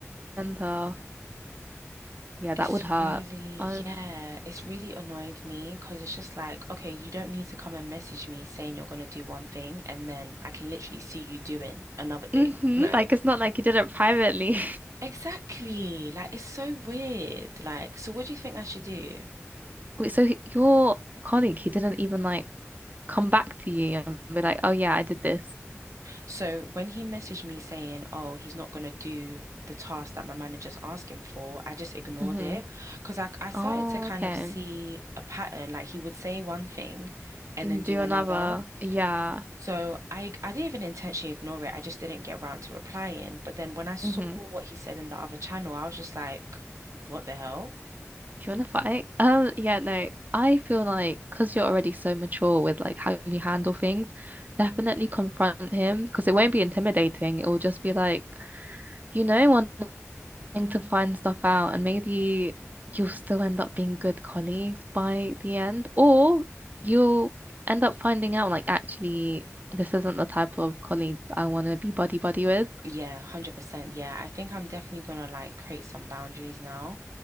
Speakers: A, on the right (about 35°); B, on the right (about 85°).
A: center. Yeah,
B: It's
A: that would hurt.
B: really,
A: I've
B: yeah, it's really annoyed me because it's just like, okay, you don't need to come and message me saying you're going to do one thing and then I can literally see you doing another thing.
A: hmm
B: Like,
A: Like it's not like he did it privately.
B: exactly. Like, it's so weird. Like, so what do you think I should do?
A: <laughs> Wait, so he- your colleague, he didn't even like come back to you and be like, "Oh yeah, I did this."
B: So when he messaged me saying, "Oh, he's not gonna do the task that my manager's asking for," I just ignored
A: Mm-hmm.
B: it because I I started
A: Oh,
B: to kind
A: okay.
B: of see a pattern. Like he would say one thing and
A: And
B: then do
A: Do
B: another.
A: another. Yeah.
B: So I I didn't even intentionally ignore it. I just didn't get around to replying. But then when I saw
A: Mm-hmm.
B: what he said in the other channel, I was just like, "What the hell?"
A: Do you want to fight? Um, yeah, no. I feel like because you're already so mature with like how you handle things, definitely confront him because it won't be intimidating. It will just be like, you know, wanting to find stuff out, and maybe you'll still end up being good colleagues by the end, or you'll end up finding out like actually this isn't the type of colleague I want to be buddy buddy with.
B: Yeah, 100%. Yeah, I think I'm definitely gonna like create some boundaries now.